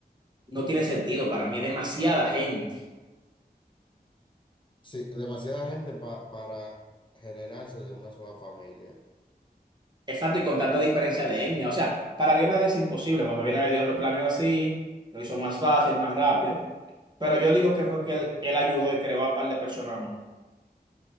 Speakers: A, on the right (about 25°); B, on the left (about 30°).
A: no tiene sentido, para mí, demasiada gente
B: sí, demasiada gente pa- para generarse de una sola familia.
A: Exacto, y con tanta diferencia de etnia. O sea, para Dios nada es imposible. Cuando viene a ver, Dios lo planeó así, lo hizo más fácil, más rápido. Pero yo digo que fue que él, él ayudó y creó a par de personas más.